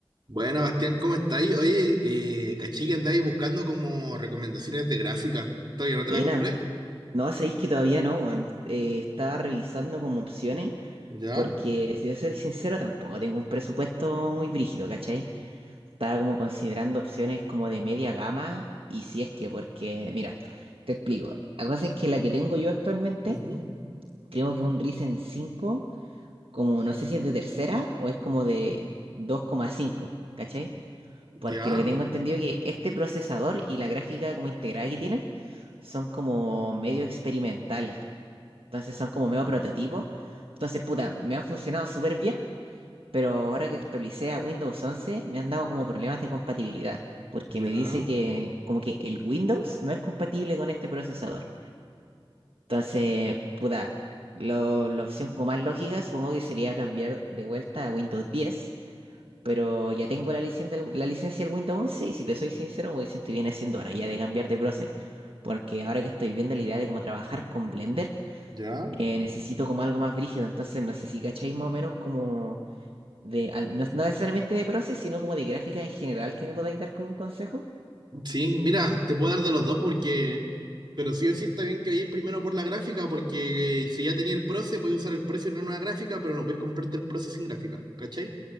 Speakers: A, on the right; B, on the right.
A: Bueno, Bastián, ¿cómo estáis? Oye, eh, caché que andáis buscando como recomendaciones de gráfica. ¿Todavía no te
B: Buena.
A: la compré?
B: No, sabéis que todavía no, weón. Eh, estaba revisando como opciones,
A: ¿Ya?
B: porque si yo soy sincero, tampoco tengo un presupuesto muy brígido, ¿cachai? Estaba como considerando opciones como de media gama, y si es que, porque, mira, te explico. La cosa es que la que tengo yo actualmente,
A: Ujú,
B: creo que un Ryzen cinco como no sé si es de tercera o es como de dos coma cinco ¿cachai? Porque
A: ¿Ya?
B: lo que tengo entendido es que este procesador y la gráfica como integrada que tienen son como medio experimentales. Entonces son como medio prototipos. Entonces, puta, me han funcionado súper bien, pero ahora que actualicé a Windows once, me han dado como problemas de compatibilidad, porque
A: ¿Ya?
B: me dice que el- como que el Windows no es compatible con este procesador. Entonces, puta, lo- la opción como más lógica supongo que sería cambiar de vuelta a Windows diez, pero ya tengo la licencia del, la licencia del Windows once y si te soy sincero, me siento bien haciendo ahora ya de cambiar de proceso, porque ahora que estoy viendo la idea de cómo trabajar con Blender,
A: ¿Ya?
B: eh, necesito como algo más brígido. Entonces, no sé si cacháis más o menos como de, al- no, no necesariamente de proces, sino como de gráfica en general que me podáis dar como un consejo.
A: Sí, mira, te puedo dar de los dos porque... Pero sí o sí está bien que vayáis primero por la gráfica porque eh, si ya tenía el Proce, podéis usar el Proce en una nueva gráfica, pero no podéis comprarte el Proce sin gráfica, ¿cachai?